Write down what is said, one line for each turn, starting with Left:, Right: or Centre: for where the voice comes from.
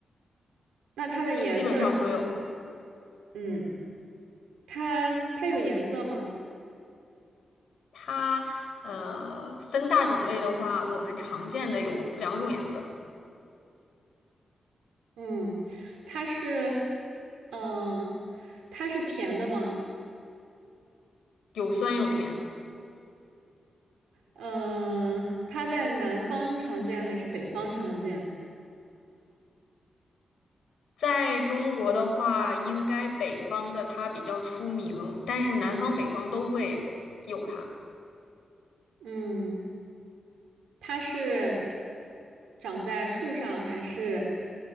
Right: 那它的颜色是，
Left: 基本上所有。
Right: 嗯，它它有颜色吗？
Left: 它呃分大种类的话，我们常见的有两种颜色，
Right: 嗯，它是，嗯、它是甜的吗？
Left: 有酸有甜。
Right: 嗯、它在南方常见还是北方常见？
Left: 在中国的话，应该北方的它比较出名，但是南方北方都会有它。
Right: 嗯，它是长在树上还是，